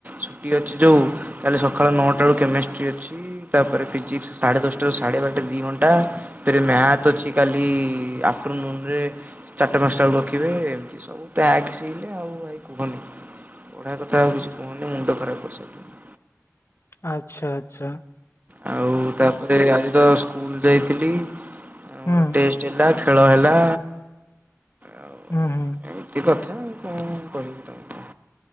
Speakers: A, on the right; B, on the left.
A: ଛୁଟି ଅଛି ଯୋଉ କାଲି ସକାଳ ନଅଟା ରୁ କେମିଷ୍ଟ୍ରି ଅଛି ତାପରେ ଫିଜିକ୍ସ ସାଢ଼େ ଦଶଟାରୁ ସାଢେ ବାରଟା ଦି ଘ ଣ୍ଟା ଫେରେ ମ୍ୟାଥ୍ ଅଛି କାଲି ଆପ୍ଟର୍ ନୁନ ରେ ଚାଟା ପାନଷ୍ଟା କୁରଖିବେ ଏମିତି ସବୁ ପ୍ୟାକ୍ ସିଲ୍ ଆଉ ଭାଇ କୁହନି। ପଢ଼ା କଥା ଆଉ କିଛି କୁହନି ମୁଣ୍ଡ ଖରାପ କରିସାଇଲାଣୀ।
B: ଆଛା ଆଛା।
A: ଆଉ ତାପରେ ଆଜି ତ ସ୍କୁଲ ଯାଇଥିଲି ଆଉ
B: ହୁଁ
A: ମୋର ଟେଷ୍ ଟ ହେଲା ଖେଳ ହେଲା। ଆଉ
B: ଉଁ ହୁଁ।
A: ଏମିତି କଥା ଆଉ କଣ କହିବି ତମକୁ